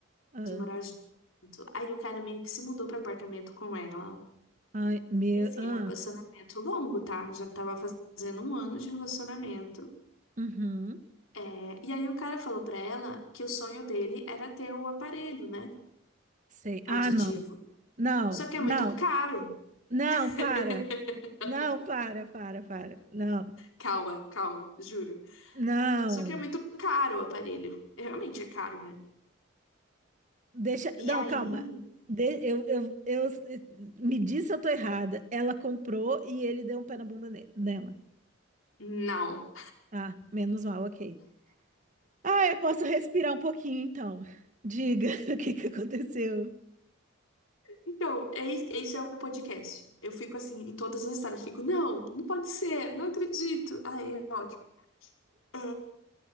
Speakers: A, on the right; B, on the left.
A: ah,
B: de morar junto. Aí o cara meio que se mudou para apartamento com ela.
A: ai, meu.
B: E assim,
A: Ah,
B: é um relacionamento longo, tá? Já tava fazendo um ano de relacionamento.
A: uhum.
B: É, e aí o cara falou pra ela que o sonho dele era ter o aparelho, né?
A: Sei.
B: Auditivo.
A: Ah, não. Não,
B: Só que é
A: não,
B: muito caro.
A: não,
B: <laughs>
A: para. Não, para, para, para. Não,
B: Calma, calma, juro.
A: não.
B: Só que é muito caro o aparelho. É, Realmente é caro, né?
A: Deixa. Não,
B: E aí.
A: calma. De- eu, eu, eu, me diz se eu tô errada. Ela comprou e ele deu um pé na bunda ne- nela.
B: Não.
A: Ah, menos mal, ok. Ah, eu posso respirar um pouquinho então. Diga <laughs> o que que aconteceu.
B: Então, é is- esse é o podcast. Eu fico assim, em todas as histórias, eu fico, não, não pode ser, não acredito. Aí é ótimo. É,